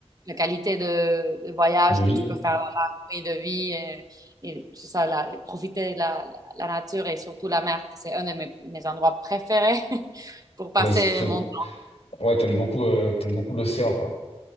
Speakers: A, on the right (about 35°); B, on the left (about 65°).
A: la qualité de, de voyage
B: De vie.
A: que tu peux faire là-bas, et de vie, et, et c'est ça, la- profiter de la, la- la nature et surtout la mer, que c'est un de mes, mes endroits préférés <laughs> pour passer
B: Là, c'est-
A: mon temps.
B: ouais, t'aimes beaucoup, euh, t'aimes beaucoup l'océan, toi.